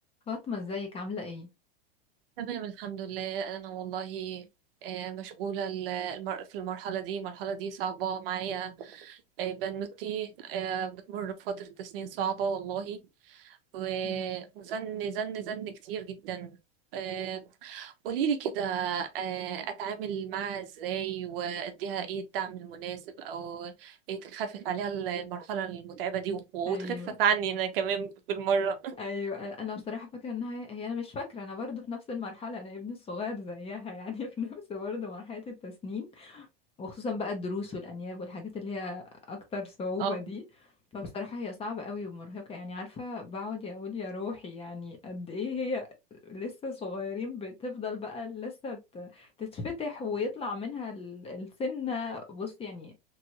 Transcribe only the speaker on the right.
تمام الحمد لله انا والله آه، مشغوله ال- المر- في المرحله دي المرحله دي صعبه معايا آه، بنوتي آه، بتمر بفتره تسنين صعبه والله و-
وزن زن زن كتير جدا آه، قوليلي كده آه، اتعامل معاها ازاي واديها ايه الدعم المناسب او إيه تخفف عليها ال- المرحله المتعبه دي و- وتخفف
عني انا كمان بالمره <laughs>
اه